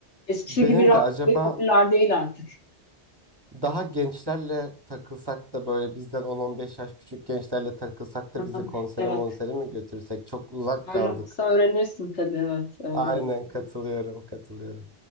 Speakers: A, on the left; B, on the right.
A: Eskisi
B: benim
A: gibi rock
B: de acaba
A: ve popüler değil artık.
B: daha gençlerle takılsak da böyle bizden 10-15 yaş küçük gençlerle takılsak
A: <laughs>
B: da bizi konsere
A: Evet,
B: monsere mi götürsek? Çok uzak kaldık.
A: öyle olsa öğrenirsin tabii. Evet, öyle
B: Aynen
A: olsa.
B: katılıyorum, katılıyorum.